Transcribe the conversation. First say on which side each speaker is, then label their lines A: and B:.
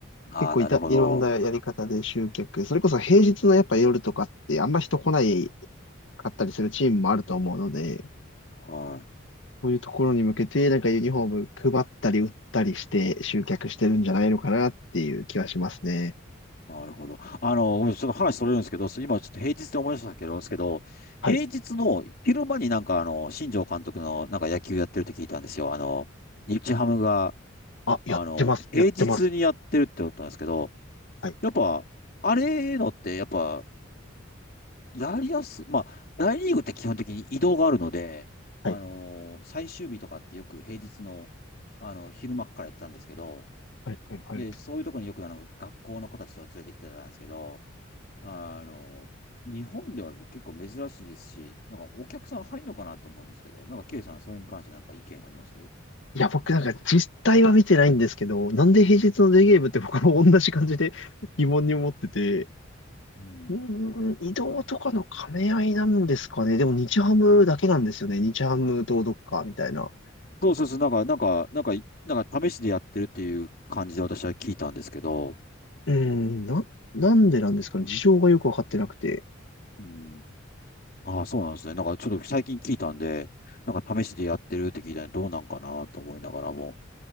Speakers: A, on the left; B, on the left.
A: ああ、
B: 結構いた、
A: なるほど。
B: いろんなやり方で集客、それこそ平日のやっぱ夜とかってあんま人来ないかったりするチームもあると思うので、
A: はい。
B: そういうところに向けて、なんかユニフォーム配ったり売ったりして集客してるんじゃないのかなっていう気はしますね。
A: なるほど。あの、ごめんなさいちょっと話それるんですけど、今ちょっと平日で思い出したけど、ですけど、
B: はい。
A: 平日の昼間になんかあの、新庄監督のなんか野球やってるって聞いたんですよ。あの、日ハムが、
B: あ、やってます。
A: あの、平日にやってるって思ったんですけど、
B: やってます。はい。
A: やっぱ、あれのって、やっぱ、やりやす、まあ、大リーグって基本的に移動があるので、
B: はい。
A: あの、最終日とかってよく平日の、あの、昼間っからやってたんですけど、
B: はい。はい。はい
A: で、そういうところによくあの学校の子たちと連れてきてたんですけど、あの、日本では結構珍しいですし、なんかお客さん入るのかなと思うんですけど、なんか K さん、それに関してなんか意見ありますう
B: いや、僕なんか実態は見てないんですけど、なんで平日のデーゲームって僕も同じ感じで <laughs> 疑問に思ってて、
A: ん
B: うーん、移動とかの兼ね合いなんですかね。でも日ハムだけなんですよね。日ハムとどっかみたいな。
A: そうそうそう、なんか、なんか、なんか、なんか試しでやってるっていう感じで私は聞いたんですけど、
B: うーん、な、なんでなんですかね。事情がよくわかってなくて。
A: うんああ、そうなんですね。なんかちょっと最近聞いたんで、なんか試しでやってるって聞いたんで、どうなんかなと思いながらも。